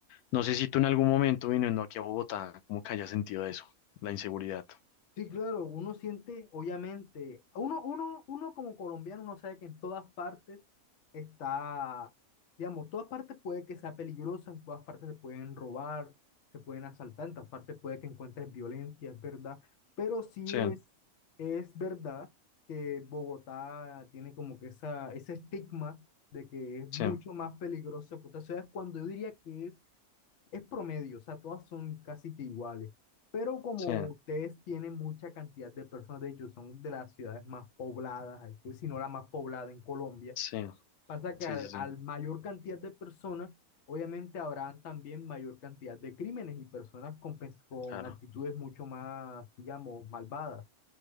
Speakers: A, on the left; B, on the left.
A: No sé si tú en algún momento viniendo aquí a Bogotá, como que hayas sentido eso, la inseguridad.
B: Sí, claro, uno siente, obviamente, uno, uno, uno como colombiano, uno sabe que en todas partes está, digamos, todas partes puede que sea peligrosa, en todas partes te pueden robar, te pueden asaltar, en todas partes puede que encuentres violencia, es verdad, pero sí
A: Sí,
B: es, es verdad que Bogotá tiene como que esa, ese estigma de que es
A: sí,
B: mucho más peligroso que otras ciudades, cuando yo diría que es es promedio, o sea, todas son casi que iguales. Pero como
A: sí,
B: ustedes tienen mucha cantidad de personas, de hecho, son de las ciudades más pobladas, aquí, si no la más poblada en Colombia,
A: sí,
B: pasa que
A: sí,
B: al,
A: sí, sí,
B: al mayor cantidad de personas, obviamente habrá también mayor cantidad de crímenes y personas con, pens- con
A: claro,
B: actitudes mucho más, digamos, malvadas.